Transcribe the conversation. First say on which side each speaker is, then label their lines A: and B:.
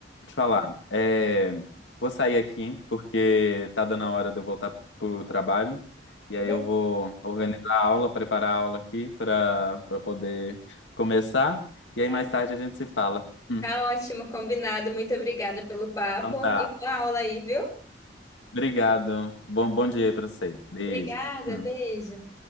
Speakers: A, on the left; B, on the left.
A: te falar, é, vou sair aqui porque tá dando a hora de eu voltar pro trabalho. E
B: Be-
A: aí eu vou organizar a aula, preparar a aula aqui para para poder começar. E aí
B: é,
A: mais tarde a gente se fala. Hum.
B: Tá ótimo, combinado. Muito obrigada pelo papo
A: Então tá.
B: e boa aula aí, viu?
A: Obrigado. Bom, bom dia aí pra você. Beijo.
B: Obrigada,
A: Hum.
B: beijo.